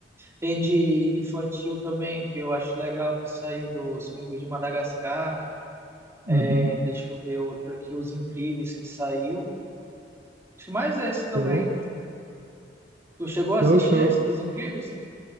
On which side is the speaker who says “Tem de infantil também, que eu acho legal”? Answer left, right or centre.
Right